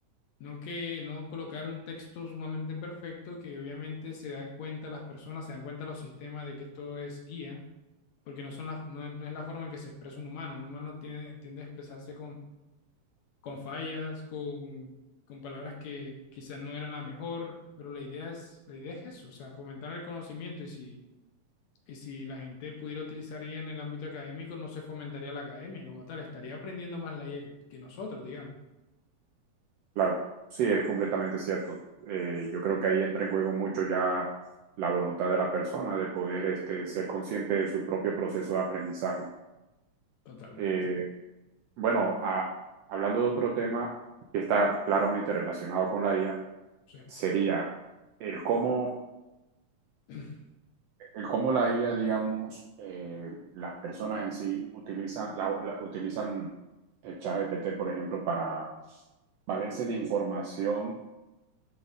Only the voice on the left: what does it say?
No que no colocar un texto sumamente perfecto que obviamente se dan cuenta las personas, se dan cuenta los sistemas de que esto es IA, porque no, son las- no, no es la forma en que se expresa un humano. Un humano tiene, tiende a expresarse con, con fallas, con, con palabras que quizás no eran la mejor, pero la idea es, la idea es eso, o sea, fomentar el conocimiento y si y si la gente pudiera utilizar IA en el ámbito académico, no se fomentaría la academia como tal, estaría aprendiendo más la IA que, que nosotros, digamos.
Totalmente.
Sí.
<clears throat>